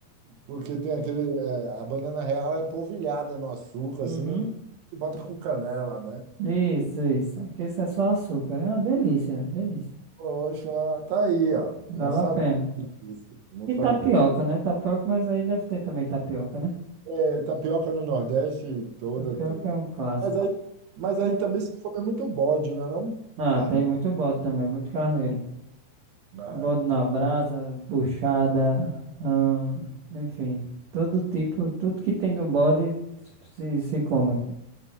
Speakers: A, on the right (about 85°); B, on the right (about 70°).
A: Porque tem aquele. é, a banana real é polvilhada no açúcar,
B: Uhum.
A: assim, que bota com canela, né?
B: Isso, isso. Aqui isso é só açúcar. É uma delícia, velho, delícia.
A: Poxa, tá aí, ó.
B: Vale
A: Não sabia
B: a pena.
A: disso. Não sabia.
B: E tapioca, né? Tapioca, mas aí deve ter também tapioca, né?
A: É, tapioca no Nordeste toda
B: Tapioca
A: tem.
B: é um clássico.
A: Mas aí, mas
B: Aí-
A: aí também se come muito bode, né? Não?
B: Ah,
A: Carne.
B: tem muito bode também, muito carneiro.
A: né?
B: Bode na brasa, buchada, ahn, enfim, todo tipo, tudo que tem no bode se, se come aqui.